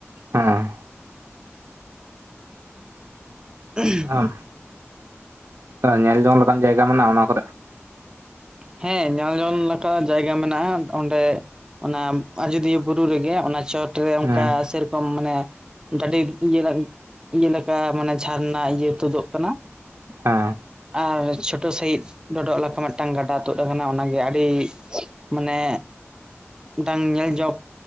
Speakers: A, on the right; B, on the right.
A: ᱦᱚᱸ
B: ᱩᱦᱩ <unintelligible>
A: <unintelligible> ᱟ ᱧᱮᱞ ᱡᱚᱝ ᱞᱮᱠᱟᱱ ᱡᱟᱭᱜᱟ ᱢᱮᱱᱟᱜ-ᱟ ᱚᱱᱟ ᱠᱚ
B: ᱦᱮᱸ ᱧᱮᱞᱡᱚᱝ ᱞᱮᱠᱟ ᱡᱟᱭᱜᱟ ᱢᱮᱱᱟᱜ-ᱟ ᱚᱸᱰᱮ᱾ ᱚᱱᱟ ᱟᱡᱚᱫᱤᱭᱟᱹ ᱵᱩᱨᱩ ᱨᱮᱜᱮ ᱚᱱᱟ ᱪᱚᱴᱨᱮ ᱚᱱᱠᱟ
A: ᱦᱮᱸ
B: ᱥᱮᱭ ᱨᱚᱠᱚᱢ ᱢᱟᱱᱮ ᱡᱟᱹᱰᱤ ᱤᱭᱟᱹ ᱞᱮᱠ ᱤᱭᱟᱹ ᱞᱮᱠᱟ ᱢᱟᱱᱮ ᱡᱷᱟᱨᱱᱟ ᱤᱭᱟᱹ ᱛᱩᱫᱚᱜᱽ ᱠᱟᱱᱟ
A: ᱦᱮᱸᱻ
B: ᱟᱨ ᱪᱷᱳᱴᱳ ᱥᱟᱺᱦᱤᱡ ᱰᱚᱰᱚᱜ ᱞᱮᱠᱟ ᱢᱤᱫᱴᱟᱝ ᱜᱟᱰᱟ ᱛᱩᱫᱽ ᱟᱠᱟᱱᱟ ᱚᱱᱟᱜᱮ ᱟᱹᱰᱤ ᱢᱟᱱᱮ ᱢᱤᱫᱴᱟᱝ ᱧᱮᱞ ᱡᱚᱜ